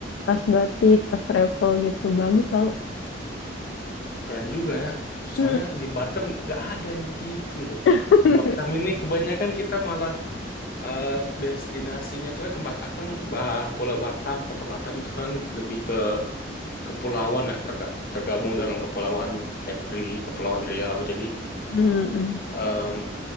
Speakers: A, on the left; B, on the left.
A: tas batik, tas travel gitu. Bagus tau.
B: Keren juga ya. Soalnya
A: Mm.
B: di Batam nggak ada yang begitu loh.
A: <laughs>
B: Di Batam ini kebanyakan kita malah eh, destinasinya itu kan ke Batam kan, Ba- Pulau Batam, Kota Batam itu kan lebih kepulauan ya terga- tergabung dalam kepulauan Kepri, Kepulauan Riau. Jadi
A: Mm-mm.
B: em,